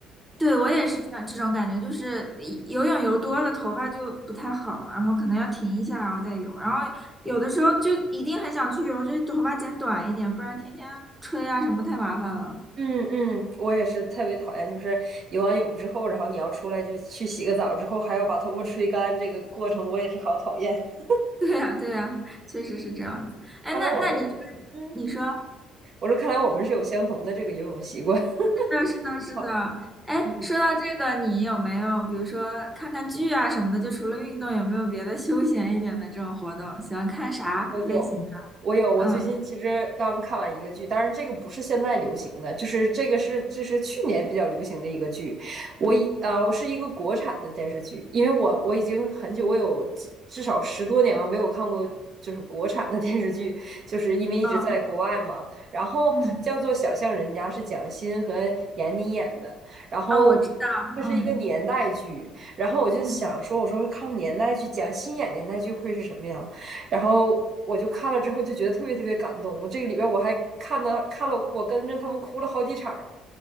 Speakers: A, in the centre; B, on the right.
A: 对，我也是这样，这种感觉就是一游泳游多了，头发就不太好了，然后可能要停一下，然后再游。然后有的时候就一定很想去游，就头发剪短一点，不然天天吹啊什么太麻烦了。<laughs>
B: 嗯嗯，我也是特别讨厌，就是游完泳之后，然后你要出来就去洗个澡之后，还要把头发吹干，这个过程我也是好讨厌。<laughs>
A: 对呀，对呀，确实是这样子。哎，
B: 看来我们有，
A: 那那你
B: 嗯，
A: 你说，是
B: 我说看来我们是有相同的这个游泳习惯。<laughs>
A: 的，是的，是的。
B: 好，
A: 哎，
B: 嗯。
A: 说到这个，你有没有比如说看看剧啊什么的？就除了运动，有没有别的休闲一点的这种活动？喜欢看啥类型的？
B: 我有，我有，我最近其实刚看完一个剧，
A: 嗯
B: 当然这个不是现在流行的，就是这个是这是去年比较流行的一个剧。我以呃，我是一个国产的电视剧，因为我我已经很久，我有几至少十多年吧没有看过就是国产的电视剧，就是因为一直在国外嘛。
A: 嗯
B: 然后叫做《小巷人家》，
A: 嗯，
B: 是蒋欣和闫妮演的，然后。
A: 哦，我知道，
B: 它是一个年代剧，
A: 嗯。
B: 然后我就想说，
A: 嗯，
B: 我说看看年代剧，蒋欣演年代剧会是什么样？然后我就看了之后就觉得特别特别感动。这个里边我还看到看了，我跟着他们哭了好几场